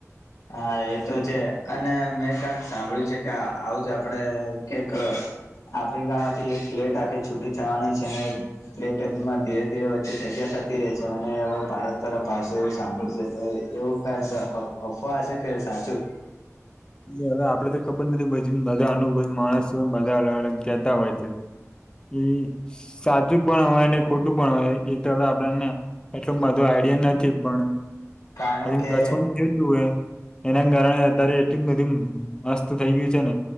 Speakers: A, on the left (about 85°); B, on the left (about 15°).
A: હા એ તો છે અને મેં કંક સાંભળ્યું છે કે આવુંજ આપડે કેક આફ્રિકામાંથી એક પ્લેટ આખી છૂટી થવાની છે અને પ્લેટ માં ધીરે ધીરે વચ્ચે જગ્યા થતી રહે છે અને હવે ભારત તરફ આવશે એવું સાંભળશે તો એવું કાયક અફવા છે કે સાચું
B: એ હવે આપડે તો ખબર નથી પી બધા અનુભ માણસ બધા અલગ અલગ કહેતા હોય છે એ સાચું પણ હોય ને ખોટું પણ હોય એ તો હવે આપડેને એટલે માધું આઈડિયા નથી પણ
A: કારણ
B: આ
A: કે
B: થયું તું <inaudible> એના કારણે અત્યારે એટલું બધું મસ્ત થઈ ગયું છે ને